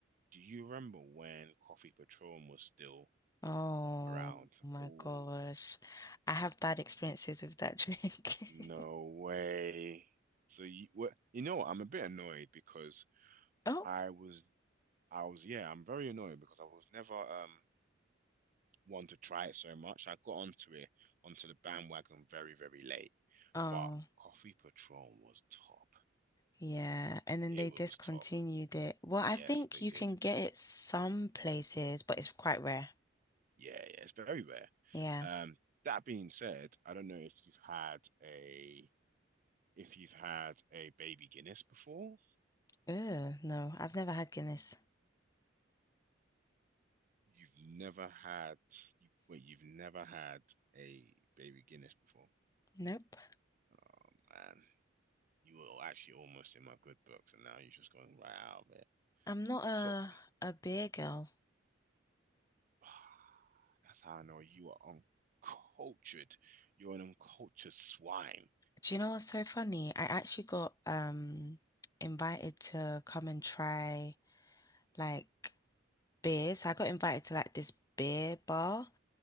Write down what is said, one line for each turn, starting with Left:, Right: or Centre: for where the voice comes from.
Right: do you remember when Coffee Patron was still
Left: Oh
Right: around?
Left: my
Right: Oh,
Left: gosh, I have bad experiences with that drink.
Right: no
Left: <laughs>
Right: way. So you what you know what, I'm a bit annoyed because
Left: Oh,
Right: I was I was yeah, I'm very annoyed because I was never um one to try it so much. I got onto it onto the bandwagon very, very late.
Left: oh,
Right: But Coffee Patron was top.
Left: yeah. And then
Right: It
Left: they
Right: was
Left: discontinued
Right: top.
Left: it. Well, I
Right: Yes,
Left: think
Right: they
Left: you
Right: did.
Left: can get it some places, but it's quite rare.
Right: Yeah, yeah, it's very rare.
Left: Yeah.
Right: Um, that being said, I don't know if you've had a if you've had a baby Guinness before.
Left: Ew, no, I've never had Guinness.
Right: You've never had you wait, you've never had a baby Guinness before.
Left: Nope.
Right: Oh man, you were actually almost in my good books, and now you're just going right out of it.
Left: I'm not a
Right: So
Left: a beer girl.
Right: <sighs> that's how I know you are uncultured. You're an uncultured swine.
Left: Do you know what's so funny? I actually got um invited to come and try like beer. So I got invited to like this beer bar.